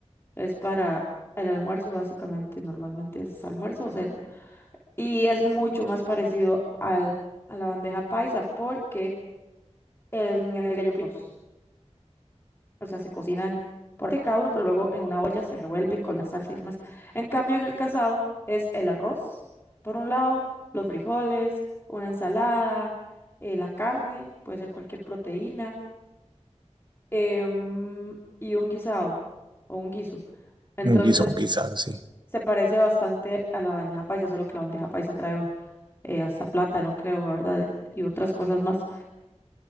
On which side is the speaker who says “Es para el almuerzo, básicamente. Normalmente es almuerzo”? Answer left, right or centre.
Left